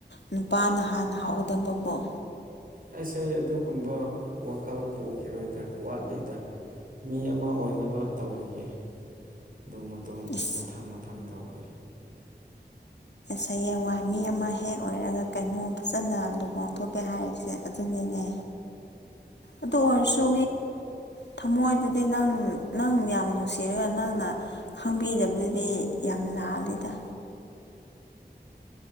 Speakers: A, on the left; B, on the right.
A: ꯅꯨꯄꯥꯅ ꯍꯥꯟꯅ ꯍꯥꯎꯒꯗꯕꯕꯨꯣ
B: ꯑꯩꯁ ꯑꯗꯨꯒꯨꯝꯕ ꯋꯥꯈꯜ ꯄꯨꯈꯤꯔꯣꯏꯗ ꯋꯥꯠꯂꯤꯗ ꯃꯤ ꯑꯃ ꯑꯣꯏꯅꯕ ꯇꯧꯈꯤꯒꯦ ꯑꯗꯨꯣ ꯃꯇꯨꯡ
A: ꯏꯁ
B: ꯃꯊꯪ ꯃꯊꯪ ꯇꯧꯋꯦ
A: ꯍꯥꯌꯦꯡꯋꯥꯏ ꯃꯤ ꯑꯃ ꯍꯦꯛ ꯑꯣꯏꯔꯒ ꯀꯩꯅꯣ ꯐꯖꯅ ꯂꯨꯍꯣꯡꯊꯣꯛꯀꯦ ꯍꯥꯏꯔꯤꯁꯦ ꯑꯗꯨꯅꯤꯅꯦ ꯑꯗꯣ ꯁꯦ ꯊꯃꯣꯏꯗꯨꯗꯤ ꯅꯪ ꯅꯪ ꯌꯥꯝ ꯅꯨꯡꯁꯤꯔꯣꯏ ꯅꯪꯅ ꯈꯪꯕꯤꯗꯕꯗꯨꯗꯤ ꯌꯥꯝ ꯂꯥꯜꯂꯦꯗ